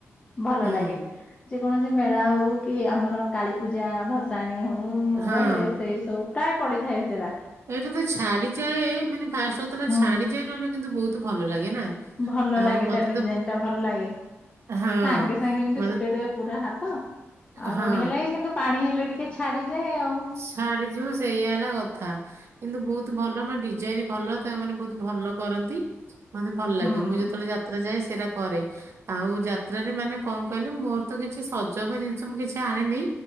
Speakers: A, on the left; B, on the right.
A: ଭଲ
B: ହୁଁ
A: ଲାଗେ। ଯେକୌଣସି ମେଳା ହଉ କି, ଆମର କାଳୀପୂଜା ଭସାଣି ହଉ ମୁଁ
B: ହଁ
A: ଗଲେ ଏଇ ସବୁ ପ୍ରାୟ ପଢିଥାଏ ସେଇଟା।
B: ଏଇଟା ତ ଛାଡିଯାଏ, ମାନେ ଫାଷ୍ଟ ହଉଥିଲା
A: ହୁଁ
B: ଛାଡି ଯାଏ, ନହଲେ କିନ୍ତୁ ବହୁତ ଭଲ ଲାଗେ ନା
A: ଭଲ
B: ଆଉ
A: ଲାଗେ
B: ମତେ
A: ତା ଡିଜାଇନ
B: ତ
A: ଟା ଭଲ ଲାଗେ।
B: ହଁ
A: ସାଙ୍ଗେ ସାଙ୍ଗେ ଏମିତି
B: ମତେ
A: କୁଟେଇଦବେ ପୁରା ହାତ, ଆଉ
B: ହଁ
A: ବଢିଆ ଲାଗେ, କିନ୍ତୁ ପାଣି ହେଲେ ଟିକେ ଛାଡିଯାଏ ଆଉ।
B: ଛାଡିଯିବ ସେଇଆ ହେଲା କଥା। କିନ୍ତୁ ବହୁତ ଭଲ ବା ଡିଜାଇନ ଭଲ, ତାମାନେ ବହୁତ ଭଲ କରନ୍ତି। ମତେ ଭଲ ଲାଗେ,
A: ହଁ
B: ମୁଁ ଯେତେବେଳେ ଯାତ୍ରା ଯାଏ ସେଇଟା କରେ। ଆଉ ଯାତ୍ରାରେ ମାନେ କଣ କହିଲ? ମୋର ତ କିଛି ସଜବା ଜିନିଷ ମୁଁ କିଛି ଆଣିନି,